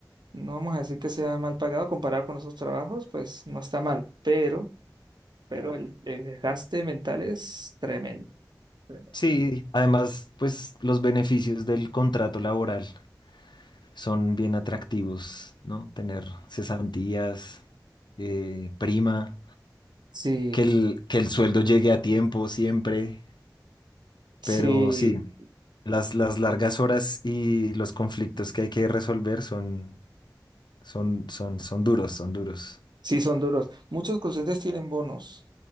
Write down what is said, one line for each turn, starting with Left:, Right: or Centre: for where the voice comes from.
Right: No vamos a decir que sea mal pagado comparado con otros trabajos, pues no está mal, pero, pero el, el desgaste mental es tremendo. tremendo.
Left: Sí, además, pues los beneficios del contrato laboral son bien atractivos, ¿no? Tener cesantías, eh, prima,
Right: Sí,
Left: que el, que el sueldo llegue a tiempo siempre,
Right: sí,
Left: pero sí, las, las largas horas y los conflictos que hay que resolver son, son, son, son duros, son duros.
Right: sí son duros. Muchos docentes tienen bonos.